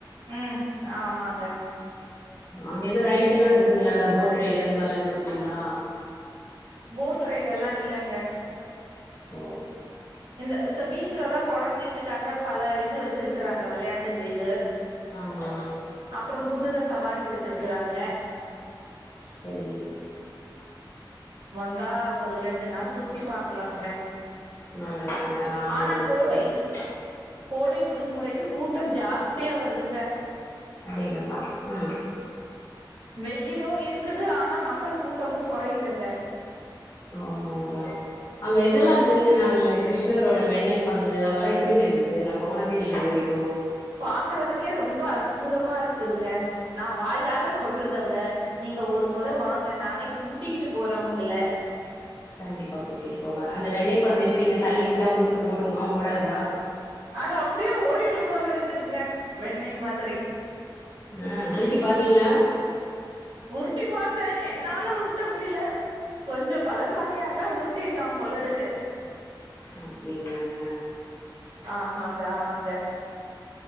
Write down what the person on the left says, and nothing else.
அங்க எதோ ரயிடுல்லா இருக்குங்களா அங்க போட் ரயிடு அந்த மாரிலா எதுவு இருக்குங்களா
ஓ
ஆமா
சேரி
நல்லதுங்க நானு
ஒரு தடவ
போயிட்டு வரே
அடேங்ப்பா ஆ
ஆமாங்க அங்க இதெல்லா இருக்குதுங்க நாங்கல்ல கிருஷ்ணரோட வெண்ணெய் பந்து அதெல்லா எப்பிடிங்க இருந்தது நா போனதே இல்ல இது வரைக்கு
கண்டிப்பா கூட்டிட்டு போங்க அந்த வெண்ணெய் பந்து வந்து எப்பிடிங்க தள்ளிவுட்டா உருண்டு ஓடுமா ஓடாதா
ஆ உருட்டி பாத்தீங்களா
அப்பிடிங்களாங்க